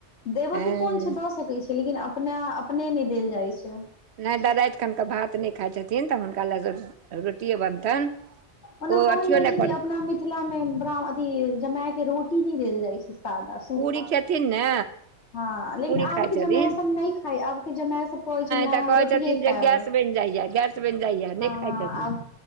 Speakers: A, on the left; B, on the right.
A: देबय
B: हँ
A: के कोन छै दऽ सकैत छै लेकिन अपना अपने नहि देल जाइत छै
B: नहि दाई राति खनक कऽ भात नहि खाइ छथिन तऽ हुनका लए रोटिए बनतनि
A: ओना
B: ओ
A: कहल
B: अथियो
A: जाइ
B: नहि
A: छै
B: करै
A: कि अपना मिथिला मे ब्राम्हण अथि जमैय के रोटी नहि देल जाइ छै सादा सुखा
B: पूरी खेथिन ने
A: हँ लेकिन
B: पूरी
A: आबके
B: खाइ छथिन
A: जमैय सभ नहि खाइ आबके जमैय सभ कहै छैनि नहि
B: तऽ
A: हम
B: कहै
A: रोटिए
B: छथिन जे
A: खायब
B: गैस
A: हँ
B: बनि जाइए गैस बनि जाइए नहि खाइ
A: हँ
B: छथिन
A: आब